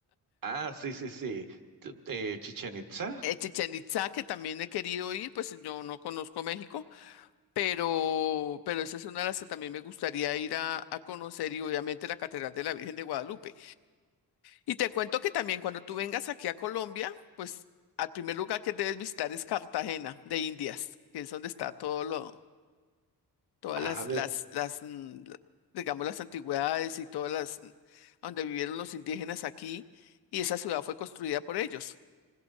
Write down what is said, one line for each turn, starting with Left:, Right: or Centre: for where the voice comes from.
Right: ah, sí, sí, sí, T- eh, Chichén Itzá.
Left: Eh, Chichén Itzá, que también he querido ir, pues yo no conozco México. pero, pero esa es una de las que también me gustaría ir a, a conocer y obviamente la Catedral de la Virgen de Guadalupe. Y te cuento que también cuando tú vengas aquí a Colombia, pues al primer lugar que debes visitar es Cartagena de Indias, que es donde está todo lo, todas
Right: Ah,
Left: las,
Right: de-
Left: las, las, mm, la- digamos, las antigüedades y todas las, mm, donde vivieron los indígenas aquí, y esa ciudad fue construida por ellos.